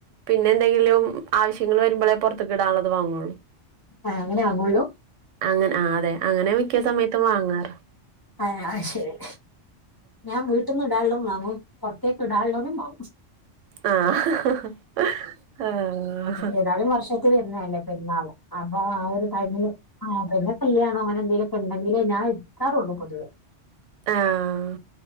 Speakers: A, on the right (about 80°); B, on the left (about 25°).
A: പിന്നെന്തെങ്കിലും ആവശ്യങ്ങൾ വരുമ്പോളെ പൊറത്തേക്കിടാനുള്ളത് വാങ്ങുള്ളൂ
B: ആഹ് അങ്ങനെ ആങ്ങുള്ളൂ
A: അങ്ങനെ ആഹ് അതെ അങ്ങനെ മിക്ക സമയത്തും വാങ്ങാറ്
B: അഹ് ശരി ഞാൻ വീട്ടിന്ന് ഇടാനുള്ളതും വാങ്ങും പുറത്തേക്ക് ഇടാനുള്ളതും വാങ്ങും
A: ആഹ് ആഹ്
B: ഏതായാലും വർഷ വരുന്നതല്ലേ പെരുന്നാള് അപ്പൊ ആഹ് ഒരു ടൈമില് ആഹ് പിന്നെ കല്യാണോ അങ്ങനെ എന്തെങ്കലുക്കെ ഉണ്ടെങ്കിലെ ഞാൻ എടുക്കാറുള്ളൂ പൊതുവേ
A: ആഹ്